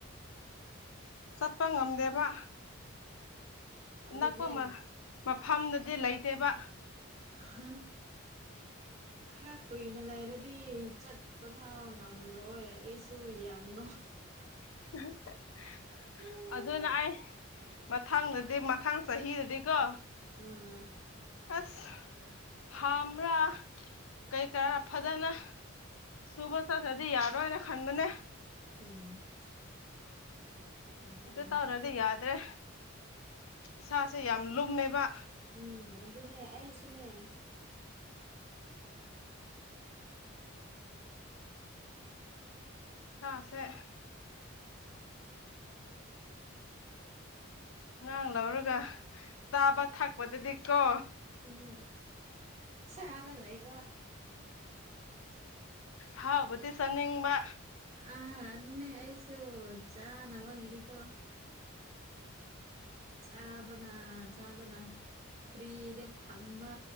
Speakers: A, on the left (about 80°); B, on the right (about 30°).
A: ꯆꯠꯄ ꯉꯝꯗꯦꯕ
B: ꯎꯝ ꯑꯗꯨꯅꯦ
A: ꯑꯅꯛꯄ ꯃ ꯃꯐꯝꯗꯗꯤ ꯂꯩꯇꯦꯕ
B: <unintelligible>
A: <inaudible>
B: ꯈꯔ ꯀꯨꯏꯅ ꯂꯩꯔꯗꯤ ꯆꯠꯄ ꯐꯥꯎ ꯉꯝꯔꯣꯏ ꯑꯩꯁꯨ ꯌꯥꯝ ꯅꯣꯏ
A: <unintelligible>
B: ꯎꯝ
A: ꯑꯗꯨꯅ ꯑꯩ ꯃꯊꯪꯗꯗꯤ ꯃꯊꯪ ꯆꯍꯤꯗꯗꯤꯀꯣ
B: ꯎꯝ
A: ꯑꯁ ꯐꯥꯝꯔꯥ ꯀꯩ ꯀꯩꯔꯥ ꯐꯖꯅ ꯁꯨꯕ ꯆꯠꯇ꯭ꯔꯗꯤ ꯌꯥꯔꯣꯏꯅ ꯈꯟꯕꯅꯦ
B: ꯎꯝ ꯑꯗꯨꯅꯦ
A: ꯑꯗꯨ ꯇꯧꯔꯗꯤ ꯌꯥꯗ꯭ꯔꯦ ꯏꯁꯥꯁꯦ ꯌꯥꯝ ꯂꯨꯝꯃꯦꯕ
B: ꯎꯝ ꯑꯗꯨꯅꯦ ꯑꯩꯁꯨꯅꯦ
A: ꯁꯥ ꯁꯦ ꯑꯉꯥꯡ ꯂꯧꯔꯒ ꯆꯥꯕ ꯊꯛꯄꯗꯗꯤ ꯀꯣ
B: ꯎꯝ ꯆꯥꯔ ꯂꯩꯕ
A: ꯍꯥꯎꯕꯇ ꯆꯥꯅꯤꯡꯕ
B: ꯑ ꯑꯗꯨꯅꯦ ꯑꯁꯨ ꯆꯥꯅꯕꯒꯤꯗꯤꯀꯣ ꯆꯥꯕꯅ ꯆꯥꯕꯅ ꯐ꯭ꯔꯤꯗ ꯊꯝꯕ